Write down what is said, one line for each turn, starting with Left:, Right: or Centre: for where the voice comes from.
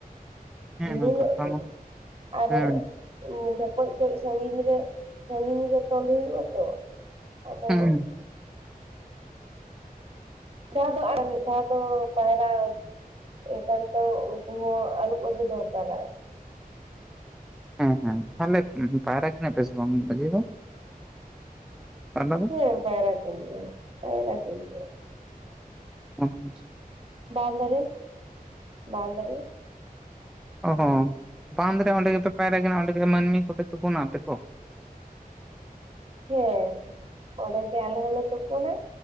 Centre: ᱦᱮᱸ
Right: ᱫᱤᱱ ᱦᱤᱞᱳᱜ
Centre: ᱠᱟᱛᱷᱟ
Right: ᱫᱚ
Centre: ᱢᱟ
Right: ᱟᱨ
Centre: ᱦᱩᱸ
Right: ᱢᱤᱫ ᱠᱟᱹᱪ ᱠᱟᱹᱪ ᱥᱟᱹᱜᱤᱧ ᱨᱮ ᱥᱟᱹᱜᱤᱧ ᱨᱮ ᱛᱚᱞ ᱦᱩᱭᱩᱜ ᱟ ᱛᱚ ᱟᱫᱚ
Centre: ᱦᱩᱸ
Right: ᱢᱤᱫ ᱫᱷᱟᱣ ᱫᱚ ᱟᱨ ᱢᱤᱫ ᱫᱷᱟᱣ ᱫᱚ ᱯᱟᱭᱨᱟ ᱮᱱᱠᱷᱟᱱ ᱛᱚ ᱩᱱᱠᱩ ᱦᱚᱸ ᱟᱹᱨᱩᱵ ᱟᱹᱜᱩ ᱫᱚᱨᱠᱟᱨᱟᱭ
Centre: ᱦᱮᱸ ᱦᱮᱸ ᱛᱟᱦᱮ ᱯᱟᱭᱨᱟ ᱠᱤᱱᱟᱹ ᱯᱮᱥᱮ ᱵᱟᱝ ᱢᱟᱹᱡᱷᱤ ᱫᱚ ᱯᱟᱭᱨᱟ ᱫᱚ?
Right: ᱦᱮᱸ ᱯᱟᱭᱨᱟ ᱠᱤᱱ ᱜᱮᱭᱟᱞᱮ ᱯᱟᱭᱨᱟ ᱠᱤᱱ ᱜᱮᱭᱟᱞᱮ
Centre: ᱟ <inaudible>
Right: ᱵᱟᱫ ᱨᱮ ᱵᱟᱫ ᱨᱮ
Centre: ᱚ ᱦᱚᱸ ᱵᱟᱸᱫᱽ ᱨᱮ ᱚᱸᱰᱮ ᱜᱮᱯᱮ ᱯᱟᱭᱨᱟ ᱚᱸᱰᱮ ᱜᱮ ᱢᱟᱹᱱᱢᱤ ᱠᱚᱯᱮ ᱛᱩᱯᱩᱱᱟ ᱟᱯᱮ ᱠᱚ
Right: ᱦᱮᱸ ᱚᱸᱰᱮᱜᱮ ᱟᱞᱮ ᱦᱚᱸᱞᱮ ᱛᱩᱯᱳᱱᱟ